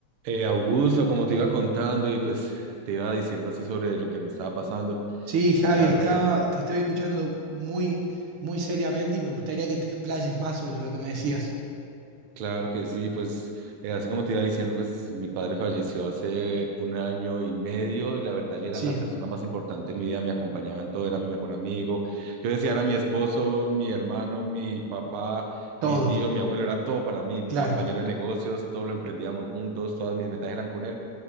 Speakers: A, on the right; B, on the right.
A: Eh, Augusto, como te iba contando y pues te iba diciendo así sobre lo que me estaba pasando,
B: Sí, Javi,
A: la
B: estaba,
A: verdad que
B: te estaba escuchando muy, muy seriamente y me gustaría que te explayes más sobre lo que me decías.
A: claro que sí, pues eh, así como te iba diciendo, pues mi padre falleció hace un año y medio, la verdad él era
B: Sí,
A: la persona más importante en mi vida, me acompañaba en todo, era mi mejor amigo, yo decía, era mi esposo, mi hermano, mi papá,
B: todo,
A: mi tío, mi abuelo, era todo para mí, mi
B: claro,
A: compañero de negocios, todo lo emprendíamos juntos, todas mis metas eran con él,